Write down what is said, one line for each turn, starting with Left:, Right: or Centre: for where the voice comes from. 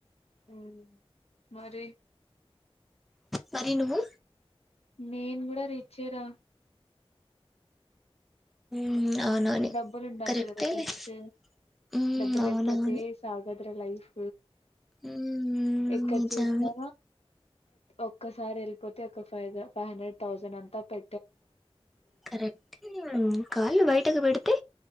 Left: ఉ మరి
Centre: మరి నువ్వు
Left: నేను కూడా రిచ్చేరా
Centre: ఉమ్, అవునవును
Left: డబ్బులు ఉండాలి
Centre: కరెక్టేలే
Left: కదా ఫస్ట్
Centre: హ్మ్
Left: డబ్బులు
Centre: అవునవును
Left: లేకపోతే సాగ ఇ లైఫ్
Centre: హ్మ్
Left: ఎక్కడ
Centre: నిజమే
Left: చూసినా ఒక్కసారి వెళ్ళిపోతే ఒక ఫైవ్ ఫైవ్ హండ్రెడ్ థౌసండ్ అంతా పె
Centre: కరెక్ట్ కాళ్ళు బయటకు పెడితే